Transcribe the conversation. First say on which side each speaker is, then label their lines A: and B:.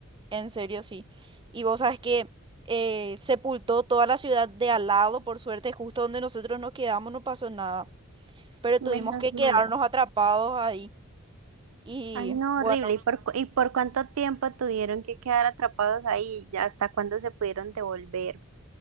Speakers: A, on the right (about 25°); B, on the right (about 80°).
A: En serio, sí. Y vos sabes que eh, sepultó toda la ciudad de al lado, por suerte, justo donde nosotros nos quedamos no pasó nada, pero
B: Menos
A: tuvimos que
B: mal.
A: quedarnos atrapados ahí. Y
B: Ay, no,
A: bueno.
B: horrible. ¿Y por, cu- y por cuánto tiempo tuvieron que quedar atrapados ahí? ¿Y ¿Hasta cuándo se pudieron devolver?